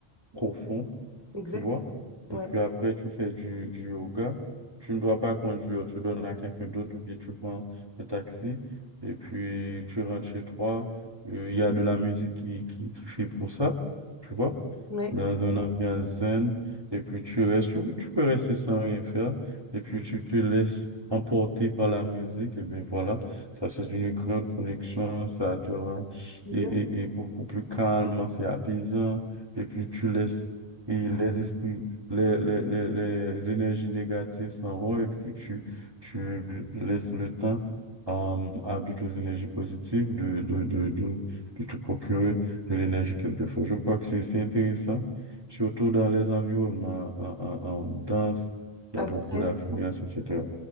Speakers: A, on the right; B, on the left.
A: profond,
B: Exact.
A: tu vois.
B: Ouais.
A: Et puis après, tu fais du, du yoga. Tu ne dois pas conduire, tu donnes à quelqu'un d'autre ou bien tu prends un taxi et puis tu rentres chez toi. Euh, Il y a de la musique qui, qui, qui fait pour ça, tu vois,
B: Ouais.
A: dans un ambiance zen. Et puis tu restes, tu, tu peux rester sans rien faire. Et puis tu te laisses emporter par la musique. Et bien voilà, ça c'est une grande connexion. Ça te rend
B: Exact.
A: et, et, et beaucoup plus calme, c'est apaisant. Et puis tu laisses et les esprits, les, les, les, les énergies négatives s'en vont et puis tu, tu laisses le temps euh, à d'autres énergies positives de, de, de, de, de te procurer de l'énergie quelquefois. Je crois que c'est c'est intéressant, surtout dans les environnements en, en, en danse, il
B: Un
A: y a beaucoup
B: stress.
A: d'affluence, etc.